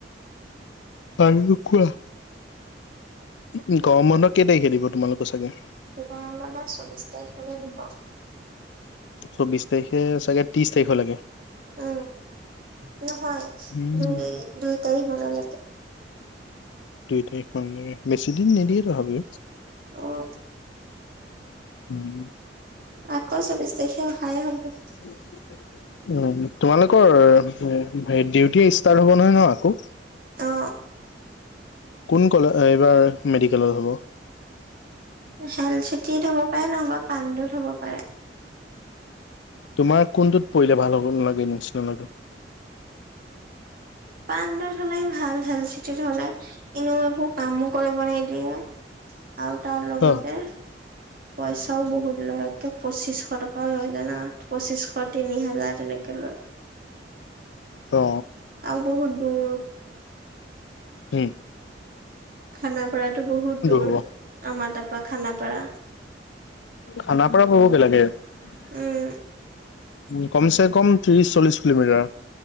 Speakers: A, on the left; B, on the right.
A: আৰু কোৱা? উ গৰম বন্ধৰ কেই তাৰিখে দিব তোমালোকৰ চাগে।
B: গৰম বন্ধ চৌবিশ তাৰিখলৈ দিব।
A: চৌবিশ তাৰিখে চাগে ত্ৰিশ তাৰিখ লাগে।
B: উম নহয়
A: উম
B: দুই দুই তাৰিখ মানলৈকে।
A: দুই তাৰিখ মান লাগে বেছিদিন নিদিয়ে তথাপিও
B: উম
A: হম।
B: আকৌ চৌবিশ তাৰিখে অহাই হব।
A: <unintelligible> উ তোমালোকৰ ডিউটি ষ্টাৰ্ট হ'ব নহয় ন আকৌ।
B: অ
A: কোন কলে এইবাৰ মেডিকেলত হ'ব।
B: হেল চিটিত হব পাৰে নহবা পাণ্ডোত হব পাৰে
A: তোমাৰ কোনটোত পৰিলে ভাল হ'ব নালাগে নিচিনা লাগে
B: পাণ্ডত হলেই ভাল হেল চিটিত হ'লে এনেও একো কামো কৰিব নিদিয়ে। <unintelligible> আৰু তাৰ লগতে
A: অ
B: পইচাও বহুত লয়ে পঁচিশ টকাও লয় জানা। আ পঁচিশশ তিনি হাজাৰ তেনেকে লয়
A: অ
B: আৰু বহুত দূৰ
A: হম
B: খানাপাৰাতো বহুত দূৰ
A: হ'ব
B: আমাৰ তাপা খানাপাৰা
A: খানাৰপাৰা পাবগে লাগে। উ
B: উম
A: কমছে কম ত্ৰিশ চল্লিশ কিলোমিটাৰ।